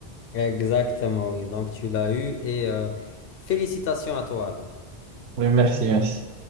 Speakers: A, on the left (about 65°); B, on the right (about 80°).
A: Exactement, oui. Donc tu l'as eu et euh, félicitations à toi alors.
B: Oui, merci, merci.